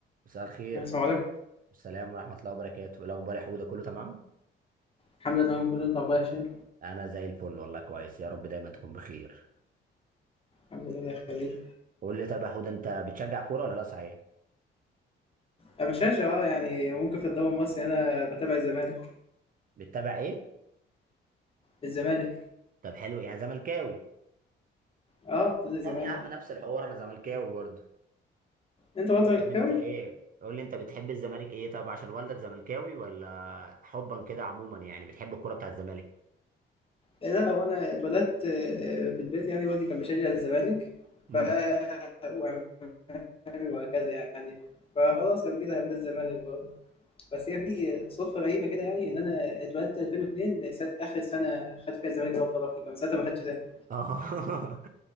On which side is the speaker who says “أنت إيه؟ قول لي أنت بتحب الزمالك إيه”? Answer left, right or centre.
Right